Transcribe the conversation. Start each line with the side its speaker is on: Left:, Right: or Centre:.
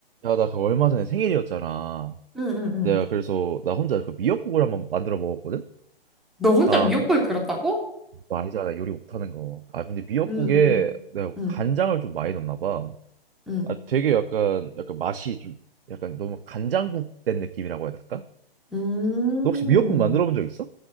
Right: 야, 나 그 얼마 전에 생일이었잖아.
Centre: 응, 응, 응.
Right: 내가 그래서 나 혼자 그 미역국을 한번 만들어 먹었거든?
Centre: 너 혼자
Right: 아,
Centre: 미역국을 끓였다고?
Right: 너 알잖아. 나 요리 못하는 거. 아, 근데 미역국에
Centre: 응, 응,
Right: 내가
Centre: 응,
Right: 간장을 좀 많이 넣었나 봐.
Centre: 응.
Right: 아, 되게 약간, 약간 맛이 좀 약간 너무 간장국 된 느낌이라고 해야 될까?
Centre: 음.
Right: 너 혹시 미역국 만들어 본 적 있어?